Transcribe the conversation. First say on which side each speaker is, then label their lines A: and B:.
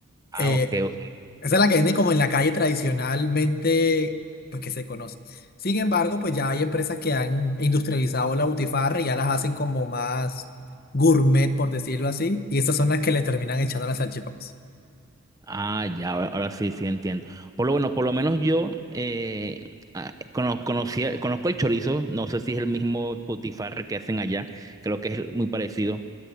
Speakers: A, on the right; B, on the left.
A: Ah,
B: Eh,
A: ok, ok.
B: esa es la que venden como en la calle tradicionalmente, pues que se conoce. Sin embargo, pues ya hay empresas que han industrializado la butifarra y ya las hacen como más gourmet, por decirlo así, y esas son las que le terminan echando las salchipapas.
A: Ah, ya, ahora, ahora sí, sí entiendo. Por lo bueno, por lo menos yo eh, ah, cono- conocía- conozco el chorizo, no sé si es el mismo potifarre que hacen allá, creo que es muy parecido.